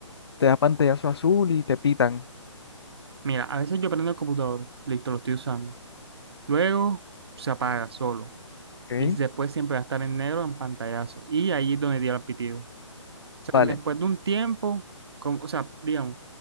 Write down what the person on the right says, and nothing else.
Mira, a veces yo prendo el computador, listo, lo estoy usando. Luego se apaga solo.
y después siempre va a estar en negro en pantallazo. Y ahí es donde diera el pitido. O
sea, después de un tiempo, como- o sea, digamos,